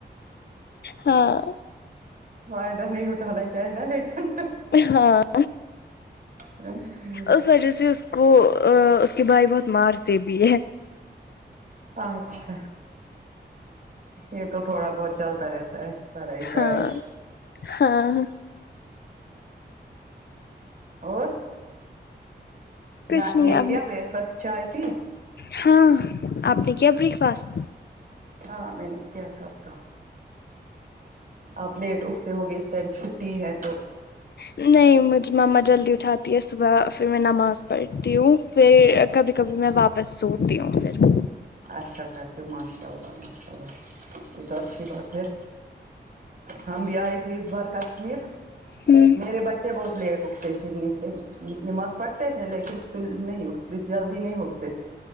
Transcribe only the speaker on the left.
ہاں
ہاں
اس وجہ سے اس کو ا اس کے بھائی بہت مارتے بھی ہے
ہاں ہاں
کچھ
نہیں
ابھی
ہاں آپ نے کیا بریک فاسٹ
نہیں مجھے مما جلدی اٹھاتی ہے صبح پھر میں نماز پڑھتی ہوں پھر کبھی کبھی میں واپس سوتی ہوں پھر
ہوں